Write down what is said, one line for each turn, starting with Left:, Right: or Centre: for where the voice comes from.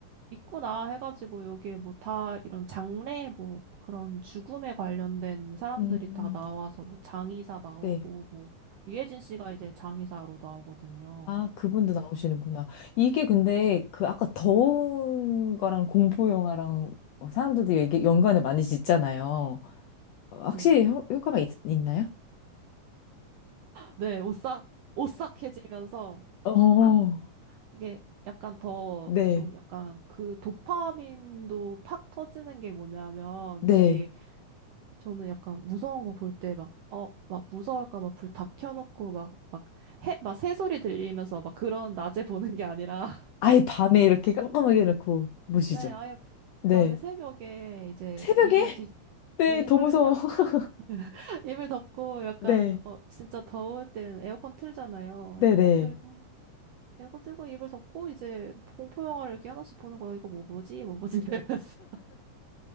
Right: 있구나 해가지고 여기에 뭐 다 이런 장례 뭐 그런 죽음에 관련된 사람들이
Left: 음,
Right: 다 나와서 뭐 장의사 나오고
Left: 네.
Right: 뭐 유해진 씨가 이제 장의사로 나오거든요.
Left: 아, 그분도 나오시는구나. 이게 근데 그 아까 더운 거랑 공포 영화랑 사람들도 이게 연관을 많이 짓잖아요. 확실히
Right: 네.
Left: 효, 과가 있, 있나요?
Right: 네, 오싹 오싹해지면서
Left: 어,
Right: 한 이게 약간 더
Left: 네,
Right: 좀 약간 그 도파민도 팍 터지는 게 뭐냐면
Left: 네.
Right: 이게 저는 약간 무서운 거 볼 때 막 어 막 무서울까 막 불 다 켜놓고 막 막 해 막 새소리 들리면서 막 그런 낮에 보는 게 아니라
Left: 아예 밤에 이렇게 깜깜하게 해놓고 보시죠.
Right: 네, 아예
Left: 네.
Right: 밤에 새벽에 이제
Left: 새벽에?
Right: 이불 뒤,
Left: 네,
Right: 네,
Left: 더
Right: 이불
Left: 무서워.
Right: 그냥,
Left: <laughs>
Right: <laughs> 이불 덮고 약간,
Left: 네,
Right: 어, 진짜 더울 땐 에어컨 틀잖아요.
Left: 네,
Right: 에어컨
Left: 네.
Right: 틀고, 에어컨 틀고 이불 덮고 이제 공포영화를 이렇게 하나씩 보는 거예요. 이거 뭐 보지? 뭐 보지? 이러면서. <laughs>